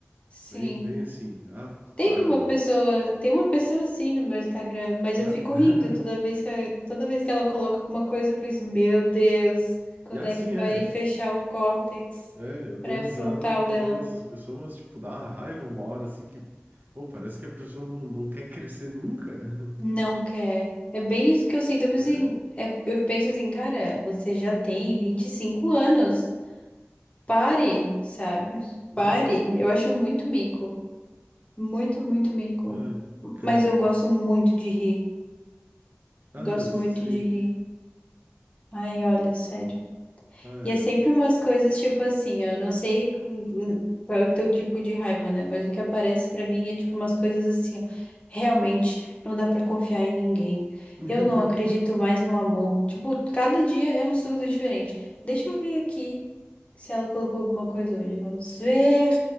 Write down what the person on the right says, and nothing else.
Bem, bem assim. Ah,
para,
né?
Ah,
<laughs> ah,
sim,
é.
É, eu dou
risada também
dessas pessoas, mas, tipo, dá uma raiva uma hora, assim, que... Pô, parece que a pessoa não, não quer crescer nunca. <laughs>
É,
aham.
Ai, cara.
Ah,
não, isso
sim.
Ah,
é.
<laughs>